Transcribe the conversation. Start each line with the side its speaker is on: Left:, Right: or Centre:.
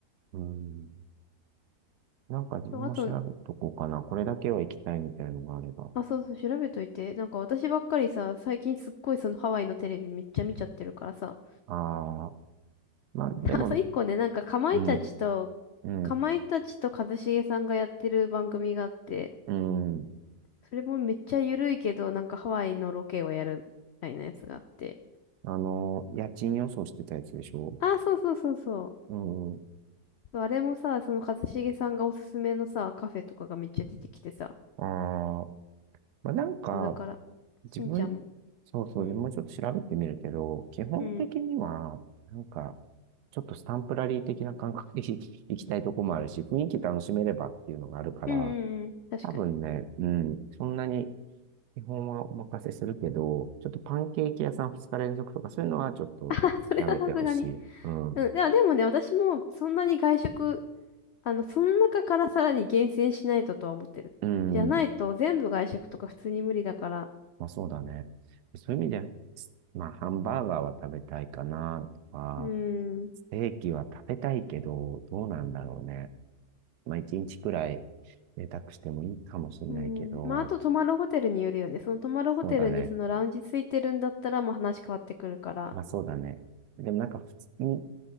Right: うん。なんか自分も調べとこうかな。
Left: そう、あと、
Right: これだけは行きたいみたいなのがあれば。
Left: あ、そうそう、調べといて。なんか私ばっかりさ、最近すっごいそのハワイのテレビめっちゃ見ちゃってるからさ、
Right: ああ。まあ、でも、
Left: <laughs> あと一個ね、なんかかまいたちと、
Right: うん、うん、
Left: かまいたちと一茂さんがやってる番組があって、
Right: うん。
Left: それもめっちゃゆるいけど、なんかハワイのロケをやるみたいなやつがあって。
Right: あの、家賃予想してたやつでしょ
Left: あ、そうそうそうそう。
Right: うん。
Left: そうあれもさ、その一茂さんがおすすめのさ、カフェとかがめっちゃ出てきてさ。
Right: ああ、まあ、なんか、
Left: そうだから、
Right: 自分、
Left: しんちゃんも、
Right: そうそう、
Left: うん、
Right: 自分もちょっと調べてみるけど、基本的には、
Left: うん、
Right: なんか、ちょっとスタンプラリー的な感覚で <laughs> 行きたいとこもあるし、雰囲気楽しめればっていうのがあるから、
Left: うん、うん、うん、確かに。
Right: 多分ね、うん、そんなに基本はお任せするけど、ちょっとパンケーキ屋さん2日連続とかそういうのはちょっとやめてほしい。
Left: <laughs> あ、それはさすがに。
Right: うん。
Left: うん、いや、でもね、私もそんなに外食あの、その中からさらに厳選しないととは思ってる。
Right: うん。
Left: じゃないと全部外食とか普通に無理だから。
Right: まあそうだね。そういう意味で、まあハンバーガーは食べたいかなとか、
Left: うーん。
Right: ステーキは食べたいけど、どうなんだろうね。まあ一日くらい贅沢してもいいかもしれないけど、
Left: うーん。まあ、あと泊まるホテルによるよね。その泊まるホテルにそのラウンジついてるんだったらまあ話変わってくるから。
Right: そうだね。まあそうだね。でもなんか普通に、